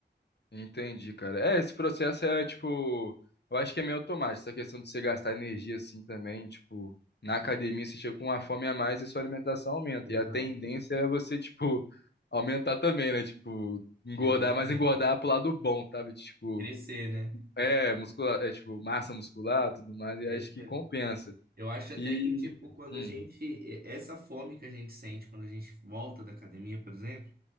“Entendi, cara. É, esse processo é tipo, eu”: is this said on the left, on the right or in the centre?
Left